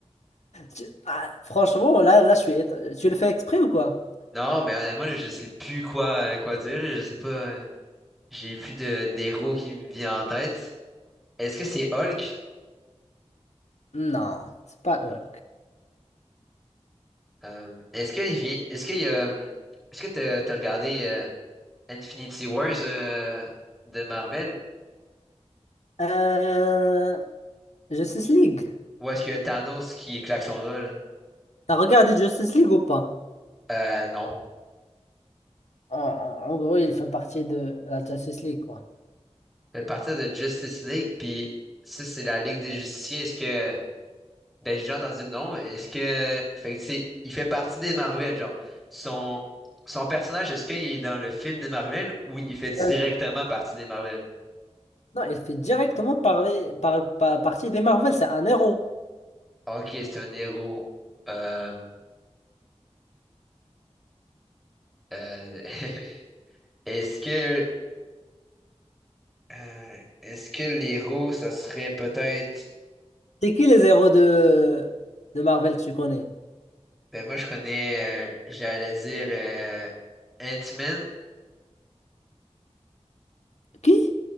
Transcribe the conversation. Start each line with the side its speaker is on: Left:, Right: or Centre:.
Left: Tu- ah, franchement, là, là, je suis. éton- Tu le fais exprès ou quoi?
Centre: Non, mais honnêtement, là, je sais plus quoi, quoi dire. là. Je sais pas. euh, J'ai plus de, d'héros qui me vient en tête. Est-ce que c'est Hulk?
Left: Non, c'est pas Hulk.
Centre: Non. Euh, est-ce qu'il vient. Est-ce qu'il y a. euh, Est-ce que t'as, t'as regardé euh, Infinity Wars euh, de Marvel?
Left: Euh, Justice League.
Centre: Ou est-ce que Thanos qui claque son doigt, là?
Left: T'as regardé Justice League ou pas?
Centre: Euh, non.
Left: En, en- en gros, il fait partie de la Justice League, quoi.
Centre: de partir de Justice League, puis ça, c'est la Ligue des Justiciers. Est-ce que, ben, j'ai déjà entendu le nom. Est-ce que, fait que, tu sais, il fait partie des Marvel, genre, son, son personnage, est-ce qu'il est dans le film des Marvel ou il fait directement
Left: Euh,
Centre: partie des Marvel?
Left: non, il fait directement par, par, par- partie des Marvel. C'est un héros.
Centre: Ok, c'est un héros. Euh, euh, <laughs> est-ce que, euh, est-ce que l'héros, ça serait peut-être,
Left: C'est qui les héros de, de Marvel que tu connais?
Centre: ben, moi, je connais, euh, j'allais dire, euh, Ant-Man.
Left: Qui?